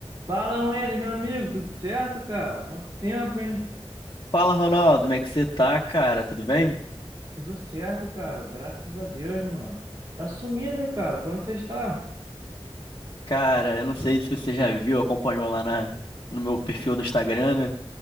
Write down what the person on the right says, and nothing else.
Fala, Wendy, meu amigo, tudo certo, cara? Quanto tempo, hein?
Tudo certo, cara, graças a Deus, mano. Tá sumido, hein, cara? Por onde você está? <laughs>